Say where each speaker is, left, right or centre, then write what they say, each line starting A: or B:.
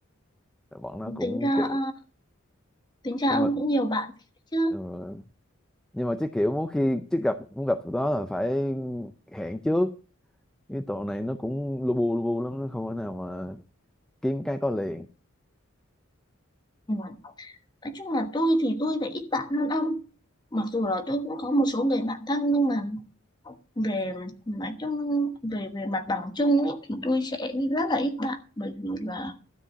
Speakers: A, in the centre; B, on the left.
A: Rồi bọn nó cũng
B: tính ra
A: kiểu
B: à, tính ra
A: nhưng
B: ông
A: mà
B: cũng nhiều bạn chứ
A: ờ, nhưng mà chứ kiểu muốn khi chứ gặp muốn gặp tụi nó là phải hẹn trước cái tụi này nó cũng lu bu lu bu lắm nó không thể nào mà kiếm cái có liền
B: Ừ. Nói chung là tôi thì tôi lại ít bạn hơn ông mặc dù là tôi cũng có một số người bạn thân nhưng mà về nói chung về về mặt bằng chung ấy, thì tôi sẽ rất là ít bạn bởi vì là